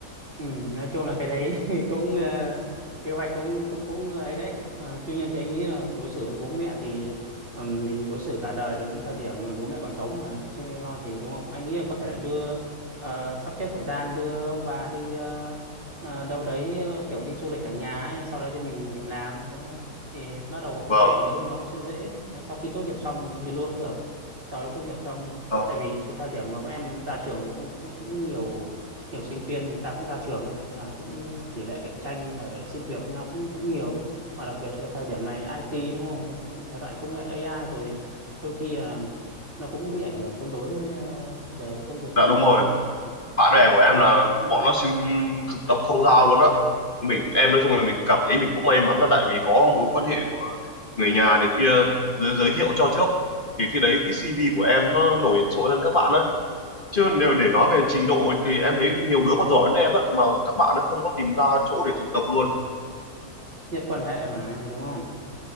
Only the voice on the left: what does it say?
vâng
vâng
dạ
đúng rồi
bạn bè của em là bọn nó xin thực tập không giao luôn á mình em nói chung là mình cảm thấy mình cũng may mắn là tại vì có mối quan hệ của người nhà này kia giới, giới thiệu cho trước thì khi đấy cái CV của em nó nổi trội hơn các bạn á chứ nếu để nói về trình độ thì em thấy nhiều đứa còn giỏi hơn em á mà các bạn nó không có tìm ra chỗ để thực tập luôn